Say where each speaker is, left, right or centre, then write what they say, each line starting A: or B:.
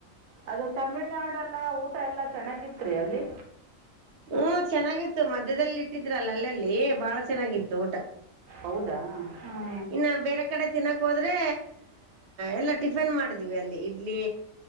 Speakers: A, on the right; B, on the right.
A: ಅದು ತಮಿಳ್ನಾಡುಲ್ಲ ಊಟ ಎಲ್ಲ ಚೆನ್ನಾಗಿತ್ರಿ ಅಲ್ಲಿ.
B: ಹ್ಮ ಚೆನ್ನಾಗಿತ್ತು ಮಧ್ಯದಲ್ಲಿ ಇಟ್ಟಿದ್ರಲ್ಲ ಅಲ್ಲಲ್ಲಿ ಬಾಳ ಚೆನ್ನಾಗಿತ್ತು ಊಟ.
A: ಹೌದಾ. ಹಾಂ
B: ಇನ್ನ ಬೇರೆ ಕಡೆ. ತಿನ್ನಕ್ೋದ್ರೆ ಎಲ್ಲಾ ಟಿಫನ್ ಮಾಡಿದ್ವಿ ಅಲ್ಲಿ ಇಡ್ಲಿ.